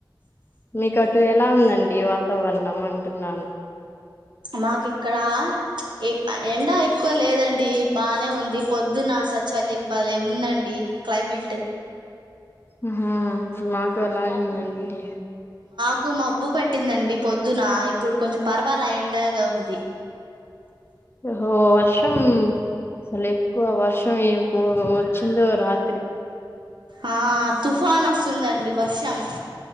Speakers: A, on the left; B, on the right.
A: మీకు అటు ఎలా ఉందండి వాతావరణం అంటున్నాను
B: మాకు ఇక్కడ ఎ ఎండా ఎక్కువ లేదండి బానే ఉంది పొద్దున చలి బలే ఉందండి క్లైమేట్
A: ఆ మాకు అలాగ ఉందండి
B: నాకు మబ్బు పట్టిందండి పొద్దున ఇప్పుడు కొంచెం పర్వాల ఎండగా ఉంది
A: హో వర్ష వర్షం అసలు ఎక్కువ వర్షం ఏం ఓ వచ్చిందో రాత్రి
B: ఆ తుఫాన్ వస్తుందండి వర్షము